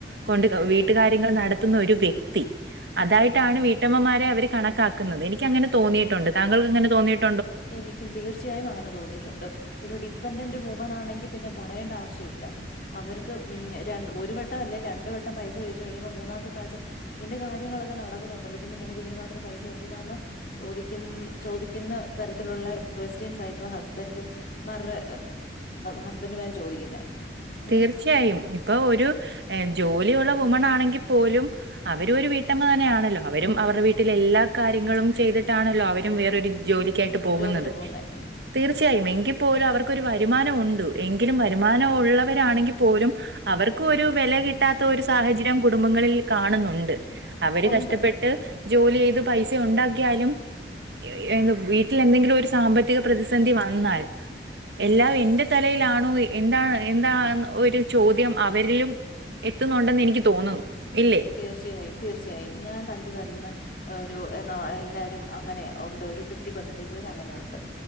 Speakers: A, on the right; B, on the left.
A: കൊണ്ട് വീട്ടുകാര്യങ്ങൾ നടത്തുന്ന ഒരു വ്യക്തി. അതായിട്ടാണ്
B: അതെ
A: വീട്ടമ്മമാരെ അവര് കണക്കാക്കുന്നത്. എനിക്കങ്ങനെ തോന്നിയിട്ടുണ്ട് താങ്കൾക്ക് അങ്ങനെ തോന്നിയിട്ടു
B: എനിക്കും തീർച് ർച്ചായും അങ്ങനെ തോന്നിയിട്ടുണ്ട്. ഒരു ഡിപ്പെൻഡന്റ് വുമൺ ആണെങ്കിൽ പിന്നെ പറയണ്ട ആവശ്യമില്ല. അവർക്ക് ഉം ര ഒരു വട്ടം അല്ലെ രണ്ടു വട്ടം പൈസ ചോദിച്ചു കഴിയുമ്പം മൂന്നാമത്തെ പ്രാവശ്യം നിന്റെ കാര്യങ്ങളൊക്കെ നടക്കുന്നൊ ണ്ടല്ലോ അപ്പം പിന്നെ നിനക്ക് ഇതിനു മാത്രം പൈസ എന്തിനാന്ന് ചോദിക്കുന്ന് ചോദിക്കുന്ന തരത്തിലുള്ള ക്വസ്റ്റ്യൻസാ ഇപ്പം ഹസ്ബൻഡ് മാർടെ ഹസ്ബൻഡുമാര് ചോദിക്കുന്നേ. ഉം.
A: തീർച്ചയായും. ഇപ്പ ഒരു ജോലിയുള്ള വുമണാണെങ്കിൽ പോലും അവരും ഒരു വീട്ടമ്മ തന്നെ ആണല്ലോ അവരും അവർടെ വീട്ടിൽ എല്ലാ കാര്യങ്ങളും ചെയ്ത തിട്ടാണല്ലോ അവരും വേറൊരു ജോലിക്കായിട്ട് പോകുന്നത്.
B: ജോബിന് പോകുന്നെ.
A: തീർച്ചയായും ഇങ് എങ്കിൽ പോലും അവർക്കൊരു വരുമാനം ഉണ്ടു. എങ്കിലും വരുമാന ഒള്ള വരാണെങ്കിൽ പോലും അവർക്കും ഒരു വെല കിട്ടാത്ത ഒരു സാഹചര്യം കുടുംബങ്ങളിൽ കാണുന്നുണ്ട്. അവര്
B: ഉണ്ട്.
A: കഷ്ടപ്പെട്ട് ജോലി ചെയ്ത് പൈസ ഉണ്ടാക്കിയാലും എ യൗവ വീട്ടിൽ എന്തെങ്കിലും ഒരു സാമ്പത്തിക പ്രതിസന്ധി വന്നാൽ എല്ലാം എന്റെ തലയിലാണോ എന്താണ് എന്താ ഒരു ചോദ്യം അവരിലും എത്തുന്നുണ്ടെന്നെനിക്ക് തോന്നുന്നു. ഇല്ലേ?
B: തീർച്ചയായും തീർച്ചയായും. ഞാൻ കണ്ടു വരുന്ന ഒരു എന്നാ എല്ലാവരും അങ്ങനെ ഉണ്ട് ഒരു ഫിഫ്റ്റി പെർസെൻറേജ് വരെ അങ്ങനെയുണ്ട്.